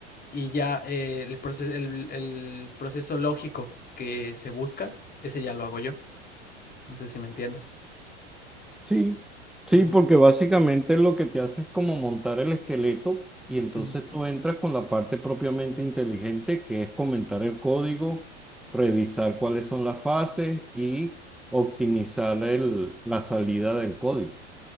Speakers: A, on the left; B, in the centre.
A: y ya eh, el proceso, el, el proceso lógico que se busca, ese ya lo hago yo. No sé si me entiendas.
B: Sí, sí,
A: Ujú,
B: porque básicamente lo que te hace es como montar el esqueleto y entonces
A: ujú.
B: tú entras con la parte propiamente inteligente, que es comentar el código, revisar cuáles son las fases y optimizar el- la salida del código.